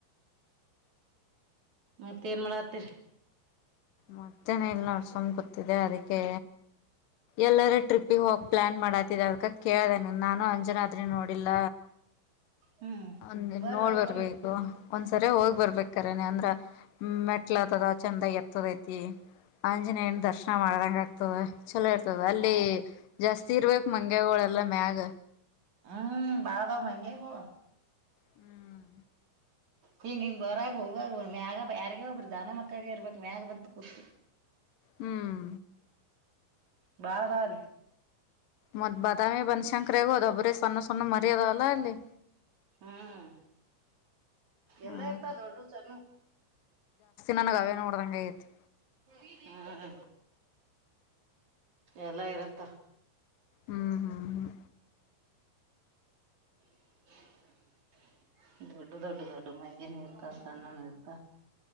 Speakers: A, on the right; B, on the left.
A: ಮತ್ತ ಏನ್ ಮಾಡತ್ತೀರಿ
B: ಮತ್ತೇನೆ ಇಲ್ ನೋಡ ಸುಮ್ಮ ಕುಂತ್ತಿದೆ ಅದಕ್ಕೆ ಎಲ್ಲಾರ ಟ್ರಿಪ್ಪಿಗೆ ಹೋಗ ಪ್ಲನ್ ಮಾಡಕತಿದ ಅದಕ ಕೇಳ್ದೇನ ನಾನು ಅಂಜನಾದ್ರಿ ನೋಡಿಲ್ಲ
A: ಹ್ಮ್
B: ಒಂದನ್
A: ಬರ್
B: ನೋಡ್
A: ಹೋಗ್
B: ಬರ್ಬೇಕು
A: ಬರ್ನ
B: ಒಂದ್ಸರಿ ಹೋಗ್ ಬರ್ಬೇಕರನೆ ಅಂದ್ರ ಮೆಟ್ಲ ಅದ ಚಂದಾಗಿ ಇರ್ತದಐತಿ ಆಂಜನೇಯನ ದರ್ಶನ ಮಾಡದಂಗ ಇತ ಚಲೋ ಇರ್ತದ ಅಲ್ಲಿ
A: ಹ
B: ಜಾಸ್ತಿ ಇರ್ಬೇಕ್ ಮಂಗೆಗಳೆಲ್ಲ ಮ್ಯಾಗ
A: ಹ್ಮ್ ಬಳದ ಮಂಗೆಗೂಳೂ
B: ಹ್ಮ್
A: ಹಿಂಗ ಹಿಂಗ್ ಬರಗ ಹೋಗಗ ಮ್ಯಾಗ ಯಾರಿಗ ಒಬ್ರಿ ದಾನಮಕ್ಕಗ ಇರ್ಬಕ್ ಮ್ಯಾಗ ಬಂತ ಕೂತ್
B: ಹ್ಮ್
A: ಬಾಳ ಅದಾವ ಅಲ್ಲಿ
B: ಮತ್ ಬಾದಾಮಿ ಬನಶಂಕರಗ ಅದಾವ ಬರಿ ಸಣ್ಣ ಸಣ್ಣವ ಮರಿ ಅದವ ಅಲ ಅಲ್ಲಿ
A: ಹ್ಮ್
B: ಹ್ಮ್
A: ಎಲ್ಲಾ ಇರ್ತವ ದೊಡ್ಡವು ಸಣ್ಣವು
B: ನನ ಅವೇ ನೋಡ್ದಂಗ ಐತಿ
A: ಹ್ಮ್ ಎಲ್ಲಾ ಇರುತ್ತ
B: ಹ್ಮ್ ಹ್ಮ್ ಹ್ಮ್
A: <unintelligible> <unintelligible> ಡ್ಡ ದೊಡ್ಡ ದೊಡ್ಡ ಮಹಗೆ ನೀಲ್ತ ಸಾನ ನೀಲ್ತ